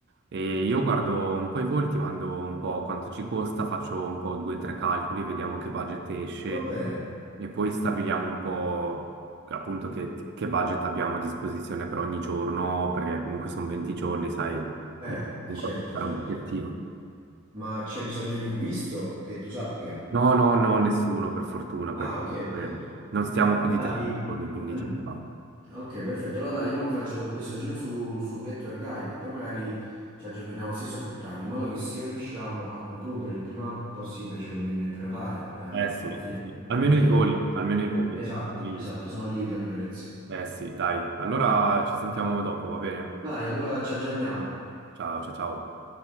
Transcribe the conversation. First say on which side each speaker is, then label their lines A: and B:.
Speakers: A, on the right; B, on the right.
A: E io guardo un po' i voli, ti mando un po' quanto ci costa, faccio un po' due o tre calcoli, vediamo che budget esce
B: Va bene.
A: e poi stabiliamo un po' appunto che, che budget abbiamo a disposizione per ogni giorno, perché comunque sono 20 giorni, sai
B: Eh,
A: mi
B: eh,
A: mi
B: certo,
A: vado a fare
B: certo.
A: un bigliettino.
B: Ma c'è bisogno di un visto che tu sappia.
A: No, no, no, nessuno, per fortuna,
B: Ah,
A: perché
B: ok, perfetto.
A: eh, non stiamo più di
B: Dai.
A: tre giorni, quindi
B: mm.
A: ci sta.
B: Ok, perfetto. Allora dai, io mo mi faccio questo giro su, su Get Your Guide e poi magari ci aggiorniamo stesso più tardi, in modo che se riusciamo a concludere il prima possibile ci conviene prenotare, eh,
A: Eh sì,
B: va a finire,
A: sì, sì.
B: altrimenti
A: Almeno i
B: poi...
A: voli,
B: il-
A: almeno i
B: eh,
A: voli.
B: Esatto,
A: Quelli-
B: esatto, se no lievitano i prezzi.
A: Eh sì, dai. Allora ci sentiamo dopo, va bene?
B: Dai, allora ci aggiorniamo.
A: Ciao, ciao, ciao.